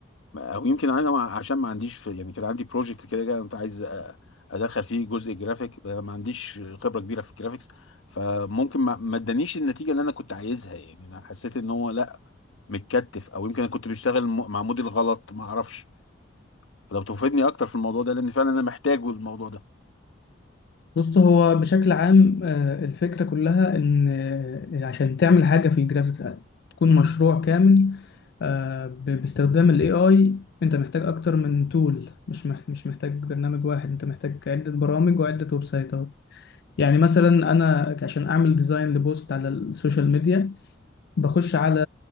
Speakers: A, on the left (about 80°); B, on the left (about 55°).
A: ما- او يمكن انا ما- عشان ما عنديش في يعني كان عندي بروجكت كده جاي كنت عايز أ- ادخل فيه جزء جرافيك أنا ما عنديش خبره كبيره في الجرافيكس فممكن ما ما ادانيش النتيجه اللي انا كنت عايزها يعني انا حسيت ان هو لا متكتف او يمكن انا كنت بشتغل م- مع موديل غلط ما اعرفش فلو تفيدني اكتر في الموضوع ده لان فعلا انا محتاجه الموضوع ده
B: بص هو بشكل عام آه، الفكرة كلها إن آه، عشان تعمل حاجة في الجرافيكس آه، تكون مشروع كامل آه، ب- باستخدام ال AI أنت محتاج أكتر من تول مش مح- مش محتاج برنامج واحد أنت محتاج عدة برامج وعدة ويب سايتات يعني مثلا أنا عشان أعمل ديزاين لبوست على السوشيال ميديا بخش على